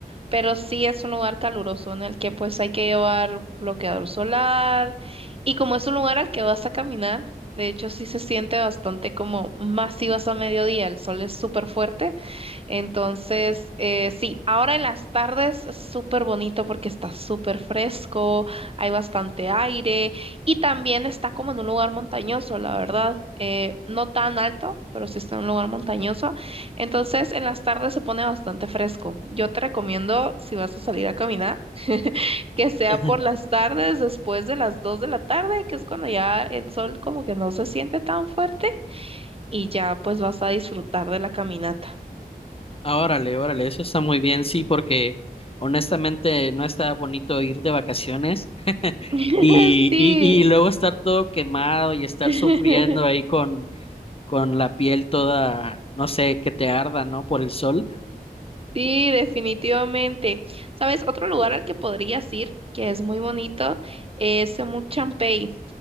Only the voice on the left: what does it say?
<laughs>
Ah, Órale, órale, eso está muy bien, sí, porque honestamente no está bonito ir de vacaciones <laughs>
y,
y, y luego estar todo quemado y estar
sufriendo ahí con, con la piel toda, no sé, que te arda, ¿no? Por el sol.